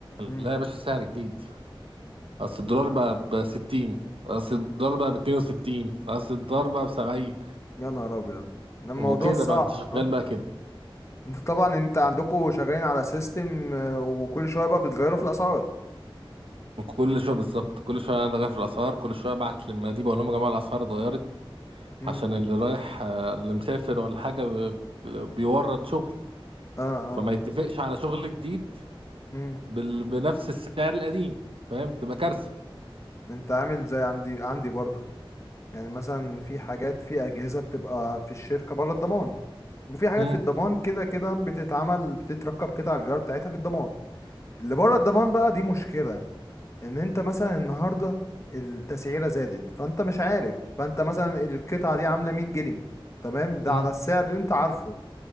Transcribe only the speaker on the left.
امم
يا نهار ابيض ده الموضوع
صعب
اه
انت طبعا انت عندكم شغالين على سيستم وكل شوية بقى بتغيروا في الاسعار
امم
اه
اه
انت عامل زي عندي عندي برضو يعني مثلا في حاجات في اجهزه بتبقى في الشركه بره الضمان وفي حاجات
في الضمان كده كده بتتعمل بتتركب قطع الغيار بتاعتها في الضمان اللي بره الضمان بقى دي مشكله ان انت مثلا النهارده التسعيره زادت فانت مش عارف فانت مثلا القطعه دي عامله 100 جنيه تمام ده
على مم. السعر اللي انت عارفه